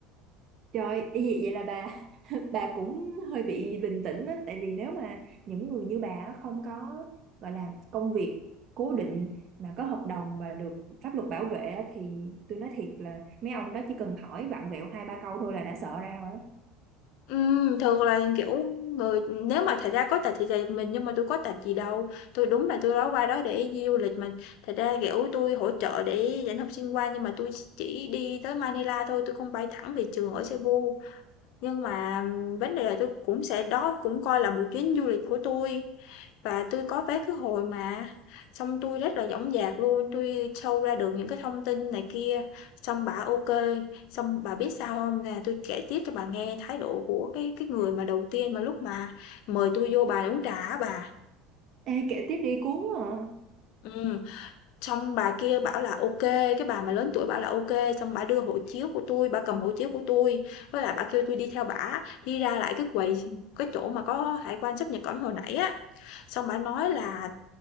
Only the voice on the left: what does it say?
Ừm, thường là, kiểu, người nếu mà thật ra có tật thì tùy mình, nhưng mà tôi có tật gì đâu, tôi đúng là tôi đó qua đó để đi du lịch mà. Thật ra, kiểu, tôi hỗ trợ để dẫn học sinh qua nhưng mà tôi chỉ đi tới Manila thôi, tôi không bay thẳng về trường ở Cebu. Nhưng mà, ừm, vấn đề là tôi cũng sẽ đó cũng coi là một chuyến du lịch của tôi và tôi có vé khứ hồi mà, xong tôi rất là dõng dạc luôn, tôi show ra được những cái thông tin này kia, xong bà ok Xong bà biết sao không Là tôi kể tiếp cho bà nghe thái độ của cái cái người mà đầu tiên mà lúc mà mời tôi vô bà uống trà á bà.
Ừm, xong bà kia bảo là ok cái bà mà lớn tuổi bảo là ok xong bà đưa hộ chiếu của tôi bà cầm hộ chiếu của tôi với lại bà kêu tôi đi theo bà đi ra lại cái quầy cái chỗ mà có hải quan sáp nhập cảnh hồi nãy á. Xong bà nói là,